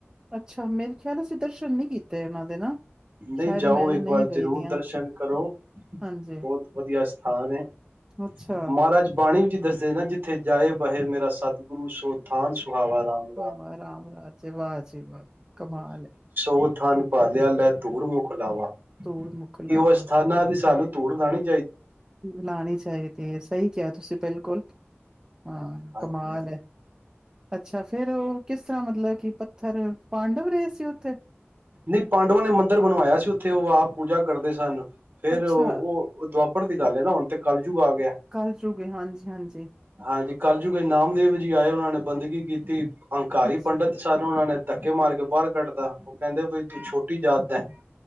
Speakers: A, on the right; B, on the right.
A: ਅੱਛਾ ਮੇਰੇ ਖਿਆਲ ਅਸੀਂ ਦਰਸ਼ਨ ਨਹੀਂ ਕੀਤੇ ਉਹਨਾਂ ਦੇ ਨਾ
B: ਨਹੀਂ
A: ਸ਼ਾਇਦ
B: ਜਾਓ
A: ਮੈਂ
B: ਇੱਕ
A: ਨਹੀਂ
B: ਵਾਰ
A: ਗਈ
B: ਜ਼ਰੂਰ
A: ਦੀਆਂ
B: ਦਰਸ਼ਨ ਕਰੋ
A: ਹਾਂਜੀ
B: ਬਹੁਤ ਵਧੀਆ ਸਥਾਨ ਹੈ
A: ਅੱਛਾ
B: ਮਹਾਰਾਜ ਬਾਣੀ ਵਿੱਚ ਦੱਸਦੇ ਨਾ ਜਿੱਥੇ ਜਾਏ ਬਹੇ ਮੇਰਾ ਸਤਿਗੁਰੂ ਸੋਤ ਸਥਾਨ ਸੁਹਾਵਾ ਰਾਮ
A: ਵਾਹ ਰਾਮ ਰਾਜੇ ਵਾਹ ਜ ਵਾਹ ਕਮਾਲ ਐ
B: ਉਥਾਨ ਭਾਲਿਆ ਲੈ ਤੋੜ ਮੁਖ ਲਾਵਾ
A: ਧੂੜ ਮੁਕਲਾਵਾ
B: ਕਿ ਉਹ ਅਸਥਾਨਾਂ ਦੀ ਸਾਨੂੰ ਤੋੜਣਾ ਨੀ
A: ਲਾਣੀ ਚਾਹੀਦੀ ਹੈ ਸਹੀ ਕਿਹਾ ਤੁਸੀਂ ਬਿਲਕੁਲ ਹਾਂ
B: ਹਾਂਜੀ
A: ਕਮਾਲ ਐ ਅੱਛਾ ਫੇਰ ਉਹ ਕਿਸ ਕਿਸ ਤਰ੍ਹਾਂ ਮਤਲਬ ਕਿ ਪੱਥਰ ਪਾਂਡਵ ਰਹੇ ਸੀ ਉੱਥੇ
B: ਨਹੀਂ ਪਾਂਡਵਾਂ ਨੇ ਮੰਦਿਰ ਬਣਵਾਇਆ ਸੀ ਉੱਥੇ ਉਹ ਆਪ ਪੂਜਾ ਕਰਦੇ ਸਨ ਫੇਰ
A: ਅੱਛਾ
B: ਉਹ ਦੁਆ ਦਵਾਪਰ ਦੀ ਗੱਲ ਹੈ ਨਾ ਹੁਣ ਕਲਯੁੱਗ ਆ ਗਿਆ
A: ਕੱਲ ਚੁਗੇ ਹਾਂਜੀ ਹਾਂਜੀ
B: ਹਾਂਜੀ ਕਲਯੁੱਗ ਚ ਨਾਮਦੇਵ ਜੀ ਆਏ ਉਹਨਾਂ ਨੇ ਬੰਦਗੀ ਕੀਤੀ ਅੰਕਾਰੀ
A: ਅੱ
B: ਪੰਡਿਤ ਸਾਰੇ ਉਹਨਾਂ ਨੇ ਧੱਕੇ ਮਾਰ ਕੇ ਬਾਹਰ ਕੱਢਤਾ ਕਹਿੰਦੇ ਬਈ ਤੂੰ ਛੋਟੀ ਜਾਤ <unintelligible>